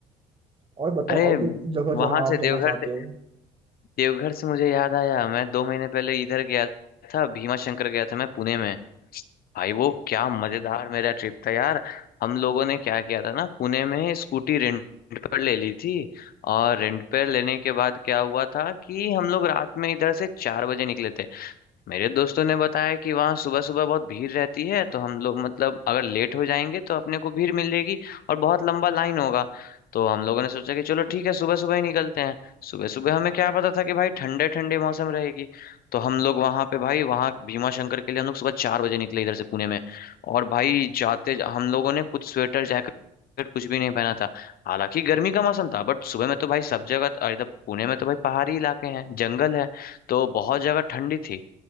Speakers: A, on the right; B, on the left.
A: और बताओ
B: अरे
A: और कोई जगह
B: वहां
A: जहाँ आप
B: से देवघर
A: जाना चाहते
B: से
A: हो
B: देवघर से मुझे याद आया मैं दो महीने पहले इधर गया था भीमा शंकर गया था मैं पुणे में भाई वो क्या मजेदार मेरा ट्रिप था यार हम लोगों ने क्या किया था ना पुणे में स्कूटी रेंट पर ले ली थी और रेंट पर लेने के बाद क्या हुआ था कि हम लोग रात में इधर से चार बजे निकले थे मेरे दोस्तों ने बताया कि वहाँ सुबह सुबह बहुत भीड़ रहती है तो हम लोग मतलब अगर लेट हो जाएंगे तो अपने को भीड़ मिल जाएगी और बहुत लंबा लाइन होगा तो हम लोगों ने सोचा कि चलो ठीक है सुबह सुबह ही निकलते हैं सुबह सुबह हमें क्या पता था कि भाई ठंडे ठंडे मौसम रहेगी तो हम लोग वहाँ पे भाई वहाँ भीमा शंकर के लिए हम लोग सुबह चार बजे निकले इधर से पुणे में और भाई जाते हम लोगों ने कुछ स्वेटर जैकेट कुछ भी नहीं पहना था हालांकि गर्मी का मौसम था बट सुबह में तो भाई सब जगह और इधर पुणे में तो भाई पहाड़ी इलाके हैं जंगल है तो बहुत जगह ठंडी थी